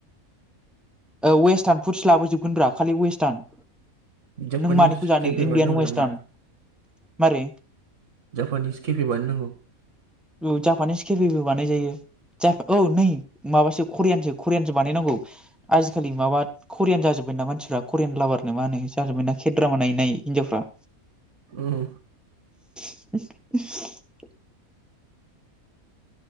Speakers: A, in the centre; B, on the right (about 60°).
A: औ वेस्टारन फुडस लाबोजोबगोन ब्रा खालि वेस्टार्न
B: जापानिस
A: नों मानिखौ जानो
B: केपि
A: इण्डियान
B: बानायनांगौ
A: वेस्टार्न
B: जामबा
A: मारै
B: जापानिस केपि बानाय नांगौ। औ।
A: औ जापानिस केफेबो बानायजायो जायो जा औ नै माबासो करियानसो करियानसो बानायनांगौ आजिखालि माबा करियान जाजोब्बायना मानसिफ्रा करियान लाभारनो मा होनो जाजोब्बायना खे द्रामा नायै नायै हिनजावफ्रा।
B: उम।
A: <unintelligible>